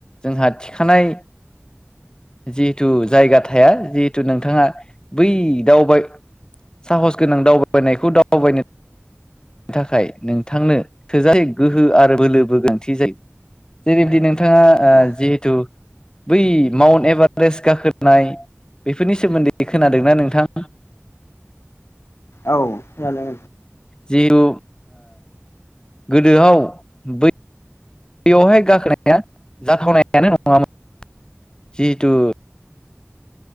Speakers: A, on the left; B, on the left.
A: जोंहा थिखानाय जिहेथु जायगा थाया जिहेथु नोंथाङा बै दावबाय साहस गोनां दावबायनायखौ दावबायनो थाखाय नोंथांनो थोजा गोहो आरो बोलोबो गोनांन्थि जायो। जेरैबायदि नोंथाङा ओ
B: औ
A: जिहेथु बै माउन्ट एभारेस्ट गाखोनाय बेफोरनि सोमोन्दै खोनादोंना नोंथां?
B: औ खोनादो।
A: जिहु गोदोआव बै बेवहाय गाखोनाया जाथावनायानो नङामोन। जिहेतु